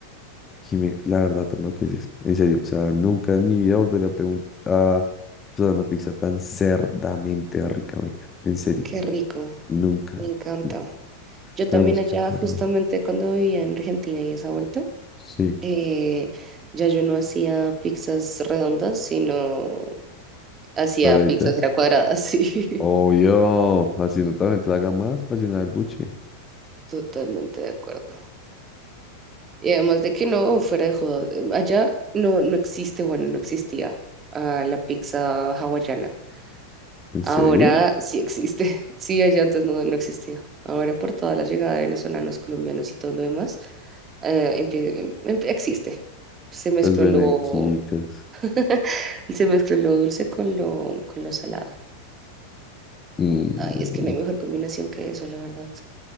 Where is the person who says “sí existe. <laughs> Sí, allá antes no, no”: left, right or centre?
Right